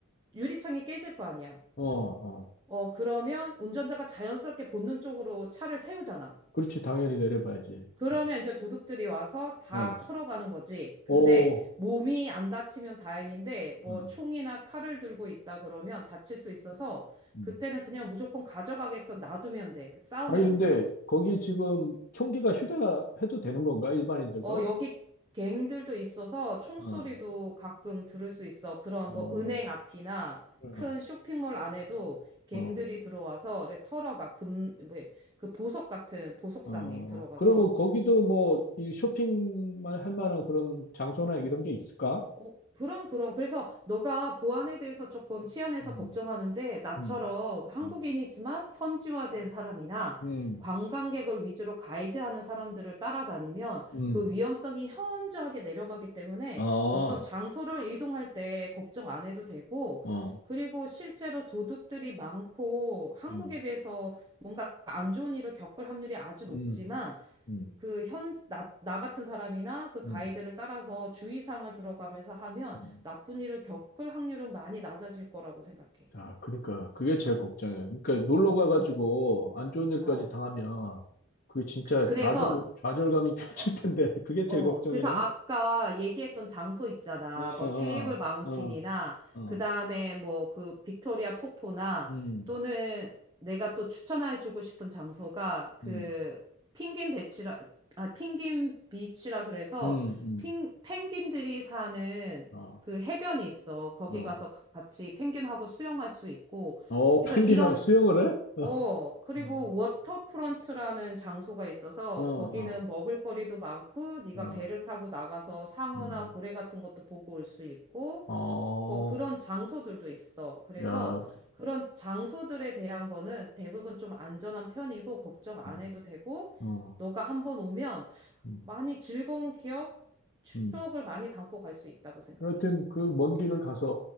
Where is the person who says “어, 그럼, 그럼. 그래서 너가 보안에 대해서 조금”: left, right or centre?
Right